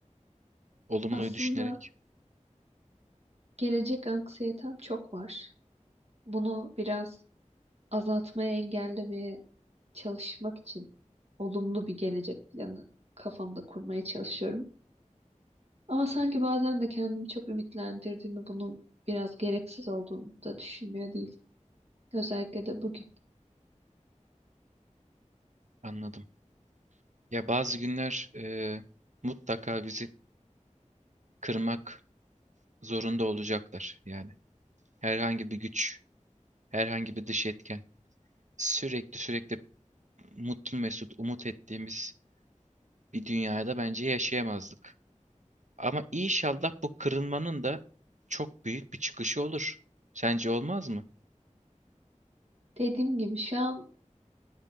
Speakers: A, on the right; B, on the right.
A: Olumluyu
B: Aslında
A: düşünerek
B: gelecek anksiyetem çok var. Bunu biraz azaltmaya, engellemeye çalışmak için olumlu bir gelecek planı kafamda kurmaya çalışıyorum. Ama sanki bazen de kendimi çok ümitlendirdiğimi bunun biraz gereksiz olduğunu da düşünmüyor değil. Özellikle de bugün.
A: anladım. Ya bazı günler e, mutlaka bizi kırmak zorunda olacaklar. Yani herhangi bir güç, herhangi bir dış etken sürekli sürekli mutlu mesut umut ettiğimiz bir dünyada bence yaşayamazdık. Ama inşallah bu kırılmanın da çok büyük bir çıkışı olur. Sence olmaz mı?
B: Dediğim gibi şu an